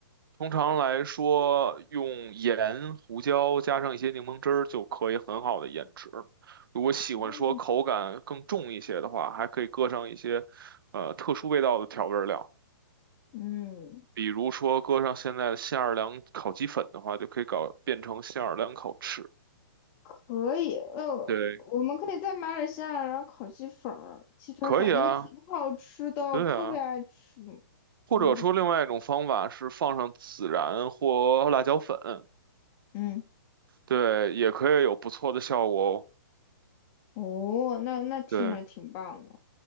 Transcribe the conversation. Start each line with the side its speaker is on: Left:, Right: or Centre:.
Right: 通常来说用盐、胡椒加上一些柠檬汁儿就可以很好的腌制。如果喜欢说口感更重一些的话，
Left: 哦，
Right: 还可以搁上一些呃特殊味道的调味儿料，
Left: 嗯。
Right: 比如说搁上现在的新奥尔良烤鸡粉的话，就可以搞变成新奥尔良烤翅。
Left: 可以，呃，
Right: 对，
Left: 我们可以再买点西亚，然后烤鸡粉儿、鸡腿粉儿，
Right: 可以啊，
Left: 那个挺好吃的，
Right: 对啊，
Left: 我特别爱吃。
Right: 或者说另外一种方法是放上孜然或辣椒粉。
Left: 嗯嗯，
Right: 对，也可以有不错的效果哦。
Left: 哦，那那听着挺棒的。
Right: 对，